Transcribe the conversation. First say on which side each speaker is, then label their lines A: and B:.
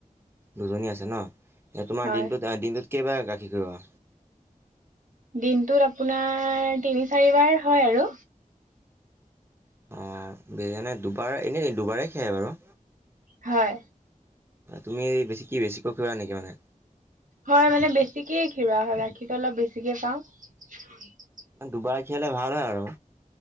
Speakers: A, on the right; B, on the right.
A: দুজনী আছে ন? এ তোমাৰ
B: হয়
A: দিনটোত দিনটোত কেইবাৰ গাখীৰ ঘীৰৱা?
B: দিনটোত আপোনাৰ তিনি চাৰিবাৰ হয় আৰু।
A: অঁ <inaudible> দুবাৰ এনেই দুবাৰেই খিয়াই বাৰু
B: হয়।
A: তুমি বেছি কি বেছিকৈ খুওৱা নেকি মানে?
B: হয় মানে বেছিকে ঘিৰোৱা হয়, গাখীৰটো অলপ বেছিকে পাওঁ।
A: দুবাৰ খিয়লে ভাল হয় আৰু।